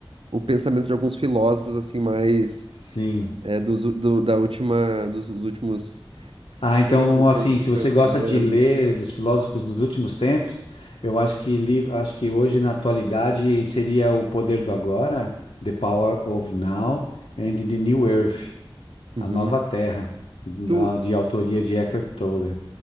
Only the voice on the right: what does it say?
o pensamento de alguns filósofos assim mais
é, dos, do- da última dos, dos últimos cem,
cento
e
cinquenta
anos.
Uhum.
Tu,